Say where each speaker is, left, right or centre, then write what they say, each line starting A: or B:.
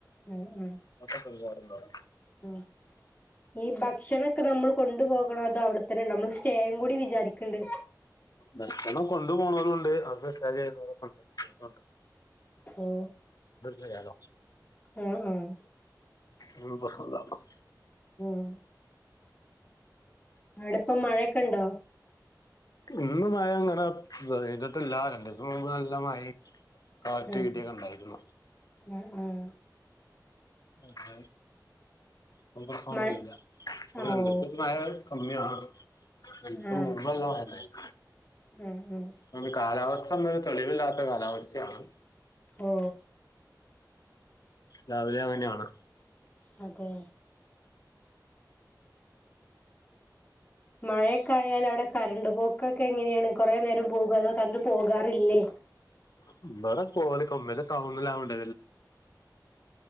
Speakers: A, on the left; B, on the left.
A: മ്മ്
B: റിസോർട്ടൊക്കെ ഒരുപാടുണ്ട് അവിടെ
A: മ്മ് ഈ ഭക്ഷണക്കെ നമ്മൾ കൊണ്ടു പോകണോ അതോ അവിടെത്തന്നെണയുണ്ടോ നമ്മള് സ്റ്റേയും കൂടി വിചാരിക്കണ്ട്
B: ഭക്ഷണം കൊണ്ടു പോണവരുണ്ട് <unintelligible>
A: ഓ
B: ചെയ്യാലോ
A: മ്മ് മ്മ്
B: എ പസന്ത <unintelligible>
A: മ്മ് അവിടിപ്പം മഴൊക്കെണ്ടോ
B: ഇന്ന് മഴങ്ങനെ ഇതിട്ടല്ല രണ്ടുസം മുമ്പ് നല്ല മഴ കാറ്റ്
A: ആഹ്
B: വീട്ടിയത് കണ്ടായിരിന്നു
A: ആഹ് ആഹ്
B: ആഹ <unintelligible>
A: മഴ ആഹ് ഓ
B: <unintelligible> കമ്മിയാ എ
A: ആഹ്
B: മള ഗത <unintelligible>
A: ഉം ഉം
B: ങ്ങള് കാലാവ സമയവും തെളിവില്ലാത്ത കാലാവസ്ഥയാണ്.
A: ഓ
B: രാവിലെങ്ങനെയാണ്.
A: അതെ മഴയ ക്കായാല് അവിടെ കരന്റ് പൊക്കൊക്കെങ്ങനെയാണ് കൊറെ നേരം പോകോ അതോ കരൻറ് പോകാറില്ലേ
B: <unintelligible> പോയാലുപ്പത്തന്നെ